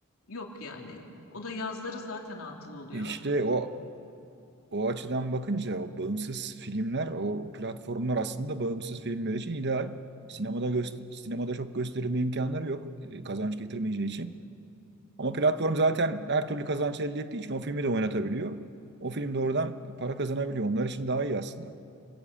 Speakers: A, on the left; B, on the right.
A: yok yani. O da yazları zaten atıl oluyor.
B: İşte o o açıdan bakınca o bağımsız filmler, o platformlar aslında bağımsız filmler için ideal. Sinemada göster sinemada çok gösterilme imkanları yok, e, kazanç getirmeyeceği için. Ama platform zaten her türlü kazanç elde ettiği için o filmi de oynatabiliyor. O film de oradan para kazanabiliyor. Onlar için daha iyi aslında.